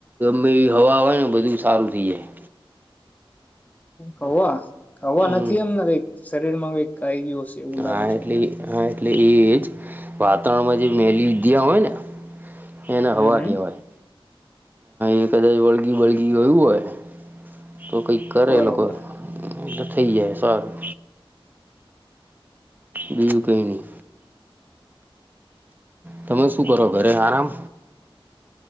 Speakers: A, on the right; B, on the left.
A: મેવી હવા હોય ને બધું સારું થઈ જાય
B: હવા હવા
A: હમ
B: નથી એમને કઈક શરીર માં કંઇક આઇ ગયું છે હશે એવું લાગે
A: આ એટલે
B: મને
A: એ આ એટલે એજ વાતાવરણમાં જે મેલીવિધ્યા હોય ને એને
B: હમ
A: હવા
B: હમ
A: કહેવાય એ કદાચ વળગી બળગી ગયું હોય તો કોઈ કરે
B: બરોબર
A: એ લોકો થઈ જાય સારું બીજુ કઈ નઈ તમે શું કરો ઘરે આરામ